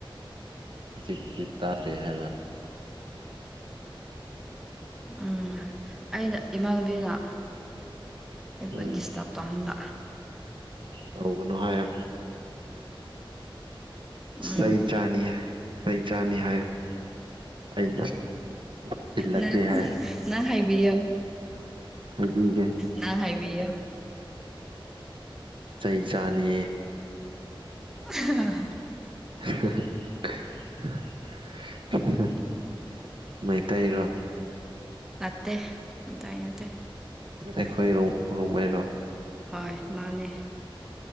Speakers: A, on the right; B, in the centre.
A: ꯍꯧꯖꯤꯛꯇꯤ ꯇꯥꯗ꯭ꯔꯦ ꯍꯥꯏꯕ
B: ꯎꯝ ꯑꯩꯅ ꯏꯃꯥꯟꯅꯕꯤꯅ ꯑꯩꯕꯨ
A: ꯎꯝ
B: ꯗꯤꯁꯇꯔꯕ ꯇꯥꯟꯅ
A: ꯇꯧꯒꯅꯨ ꯍꯥꯏꯌꯣ
B: ꯎꯝ
A: ꯆꯩ ꯆꯥꯅꯤ ꯆꯩ ꯆꯥꯅꯤ ꯍꯥꯏꯌꯣ ꯑꯩꯅ ꯊꯤꯜꯂꯛꯀꯦ
B: ꯅ
A: ꯍꯥꯏ
B: ꯅꯪ ꯍꯥꯏꯕꯤꯌꯣ
A: ꯍꯥꯏꯕꯤꯒꯦ
B: ꯅꯪ ꯍꯥꯏꯕꯤꯌꯣ
A: ꯆꯩ ꯆꯥꯅꯤ
B: <unintelligible>
A: <unintelligible> ꯃꯩꯇꯩꯔꯣ
B: ꯅꯠꯇꯦ ꯃꯩꯇꯩ ꯅꯠꯇꯦ
A: ꯑꯩꯈꯣꯏ ꯔꯣ ꯔꯣꯡꯃꯩꯔꯣ
B: ꯍꯣꯏ ꯃꯥꯅꯦ